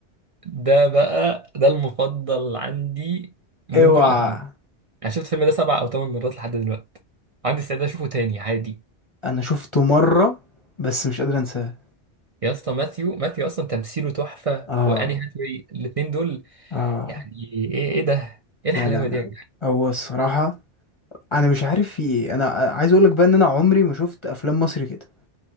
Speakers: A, on the right; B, on the left.
A: ده بقى ده المفضل عندي ما
B: اوعى
A: بين كل الافلام انا شفت الفيلم ده سبع او ثمان مرات لحد دلوقتي عندي استعداد اشوفه تاني عادي
B: انا شفته مرة بس مش قادر انساه
A: يا اسطى ماثيو ماثيو اصلا تمثيله تحفه
B: اه
A: واني هاثاواي الاثنين دول
B: اه
A: يعني ايه ايه ده ايه الحلاوه
B: لا لا لا
A: دي يا
B: هو الصراحة انا مش عارف في ايه انا عايز اقولك بقى ان انا عمري ما شفت افلام مصري كده